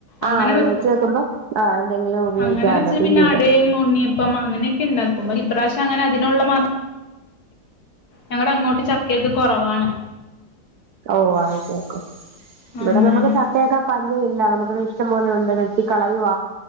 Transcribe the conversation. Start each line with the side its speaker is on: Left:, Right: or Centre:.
Left: അങ്ങനെ
Right: ആഹ് വിളയിച്ച്
Left: വെക്കും
Right: വെക്കുമ്പോ ആ എന്തെങ്കിലും ഉപയോഗിക്കാല്ലോ
Left: അങ്ങനെ വെച്ച്
Right: പിന്നീട്
Left: പിന്നെ അടയും ഉണ്ണിയപ്പം അങ്ങനെയൊക്കെ ഉണ്ടാക്കും ഈ പ്രാവശം അങ്ങനെ അതിനുള്ള മാത്രം ഞങ്ങടെ അങ്ങോട്ട് ചക്കയക്കെ കുറവാണ്
Right: ഓ ആയിക്കോട്ടെ ഇവിടെ
Left: അങ്ങനെ
Right: നമുക്ക് ചക്കയൊക്കെ പഞ്ഞമില്ല നമുക്കിത് ഇഷ്ടം പോലെ ഉണ്ട് വെട്ടി കളയുവ